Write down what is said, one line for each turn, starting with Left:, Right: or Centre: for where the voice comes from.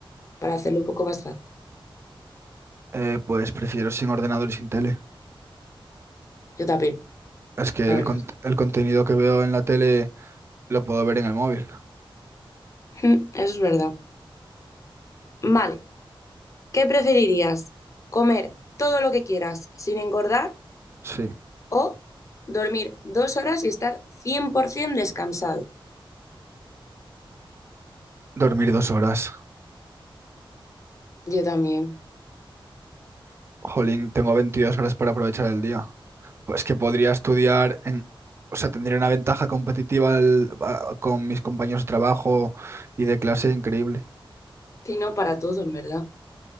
Left: para hacerlo un poco más fácil.
Right: Eh, pues prefiero sin ordenador y sin tele.
Left: Yo también,
Right: Es que
Left: la
Right: el,
Left: verdad.
Right: cont- el contenido que veo en la tele lo puedo ver en el móvil.
Left: Mm, Eso es verdad. Vale, ¿qué preferirías? ¿Comer todo lo que quieras sin engordar
Right: Sí.
Left: o dormir dos horas y estar 100% descansado?
Right: Dormir dos horas.
Left: Yo también.
Right: Jolín, tengo 22 horas para aprovechar el día. Pues que podría estudiar en... O sea, tendría una ventaja competitiva al- a- con mis compañeros de trabajo y de clase increíble.
Left: Si no, para todo, en verdad.